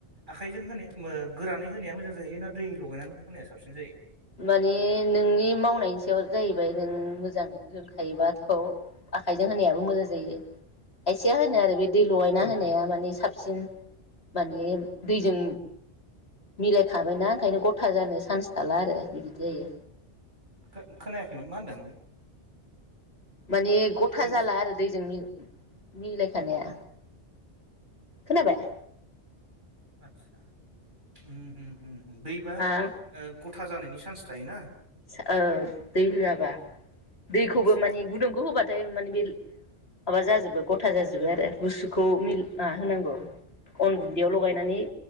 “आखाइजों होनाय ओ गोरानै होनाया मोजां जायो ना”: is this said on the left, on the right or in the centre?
Right